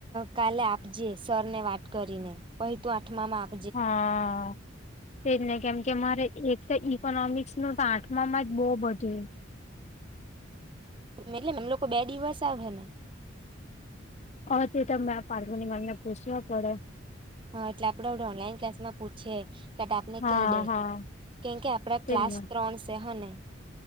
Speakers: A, on the right; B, on the left.
A: કાલે આપજે સર ને વાત કરીને પહી તું આઠમામાં આપ
B: હા તેજ ને કેમ કે મારે એક તો ઈકોનોમિક્સ નું તો આઠમામાં જ બહુ બધું
A: એટલે મેમ લોકો બે દિવસ આવે
B: અ તે તો મે પાર્વતી મેમને પૂછ્યો પડે
A: હા એટલે આપડે ઓનલાઈન ક્લાસ માં પૂછયે તે તો આપને
B: હા
A: કેય દેય
B: હા.
A: કેમકે આપડા
B: તેને
A: ક્લાસ ત્રણ છે હને.